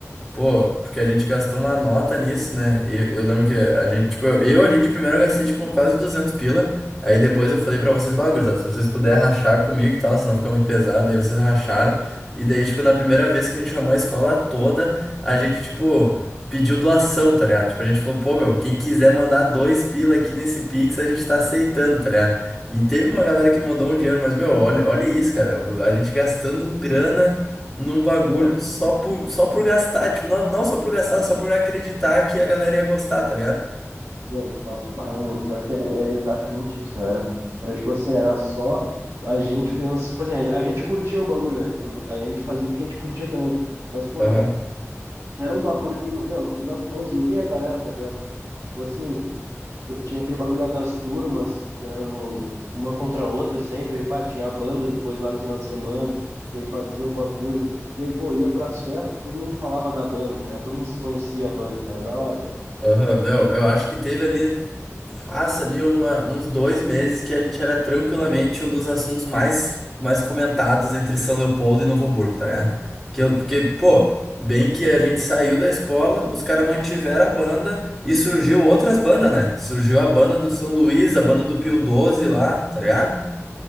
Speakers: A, in the centre; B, on the right.
A: Pô, porque a gente gastou uma nota nisso, né? E eu, lembro que a gente, tipo, eu, eu ali de primeiro eu gastei, tipo, quase 200 pila. Aí depois eu falei pra vocês, bagulho, se vocês puderem rachar comigo e tal, senão fica muito pesado. Daí vocês racharam. E daí, tipo, na primeira vez que a gente chamou a escola toda, a gente, tipo, pediu doação, tá ligado? Tipo, a gente falou, pô, meu, quem quiser mandar dois pila aqui nesse Pix, a gente tá aceitando, tá ligado? E teve uma
B: Papo-
A: galera que mandou um dinheiro, mas, meu, olha, olha isso, cara. A gente gastando grana num bagulho
B: Meu,
A: só por, só por gastar, tipo, não, não só por gastar, só por acreditar que a galera ia gostar, tá ligado?
B: meu, papo- ah, meu, pior que era, era exatamente isso, meu. Era, era tipo assim, era só a gente pensa, tipo assim, a, a gente curtia o bagulho, né? Tipo, a gente fazia porque a gente curtia também. Mas, pô,
A: Aham.
B: meu, era um bagulho que, meu, no fim das contas, unia a galera, tá ligado? Tipo assim, t- tinha aquele bagulho lá das turmas, que eram uma contra a outra sempre, aí, pá, tinha a banda depois lá no final de semana, que aí fazia o bagulho, e aí, pô, ia pras festas, todo mundo falava da banda, tá ligado? Todo mundo conhecia a banda, era da hora. meu.
A: Aham, meu, eu acho que teve ali, fácil ali, uma, uns dois meses que a gente era tranquilamente um dos assuntos mais, mais comentados entre São Leopoldo e Novo Hamburgo, tá ligado? Que eu, porque, pô, bem que a gente saiu da escola, os caras mantiveram a banda e surgiu outras bandas, né? Surgiu a banda do São Luís, a banda do Pio 12 lá, tá ligado?